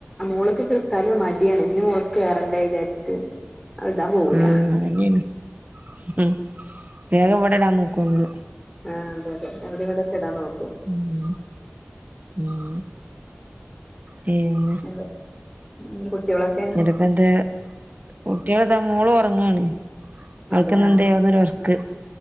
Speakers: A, in the centre; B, on the right.
A: മോളിക്ക് ഇത്തിരി സ്ഥലം മതിയാണ് പിന്നെ മോളിക്ക് കേറണ്ടേ വിചാരിച്ചിട്ട്. അത് ഇടാൻ പോവൂല
B: ഉം അങ്ങനെയാണ് ഉം വേഗം ഇവിടെ ഇടാൻ നോക്കുന്നു.
A: ആഹ്, അതെ അതെ അവിടെ ഇവിടെയൊക്കെ ഇടാൻ നോക്കൂ.
B: ഉം ഉം പിന്നെ.
A: എന്ത് ഉം കുട്ടികളൊക്കെ.
B: കുട്ടിയൊക്കെ എന്തിയെ, കുട്ടികൾ ഇതാ മോള് ഉറങ്ങാണ്. അവൾക്ക്
A: അതെ
B: ഇന്നെന്തേ
A: ആഹ്
B: ഒരു ഉറക്കെ.